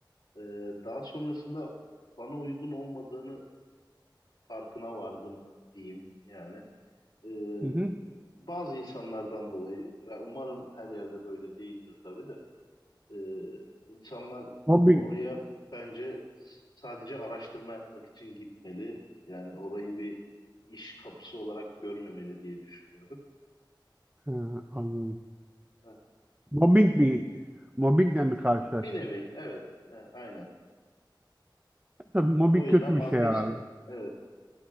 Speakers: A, on the left (about 75°); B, on the right (about 20°).
A: Ee, daha sonrasında bana uygun olmadığını farkına vardım diyeyim yani. Ee,
B: Hı hı.
A: bazı insanlardan dolayı ya umarım her yerde böyle değildir tabii de. Ee, insanlar
B: Mobbing.
A: oraya bence sadece araştırma yapmak için gitmeli. Yani orayı bir iş kapısı olarak görmemeli diye düşünüyorum.
B: Ha, anladım.
A: Evet.
B: Mobbing mi? Mobbingle mi karşılaştın?
A: Bir nevi, evet, e, aynen.
B: Tabii mobbing
A: O yüzden
B: kötü bir
A: vazgeçtim.
B: şey abi.
A: Evet.